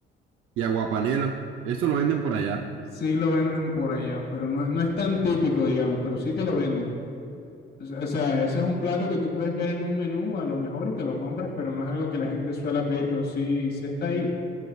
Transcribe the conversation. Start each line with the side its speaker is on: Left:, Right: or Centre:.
Right: y aguapanela. Eso lo venden por allá,
Left: Sí lo venden por allá, pero no, no es tan típico, digamos, pero sí te lo venden. O sea, o sea, eso es un plato que tú puedes ver en un menú a lo mejor y te lo compras, pero no es algo que la gente suele pedir, pero sí, sí está ahí.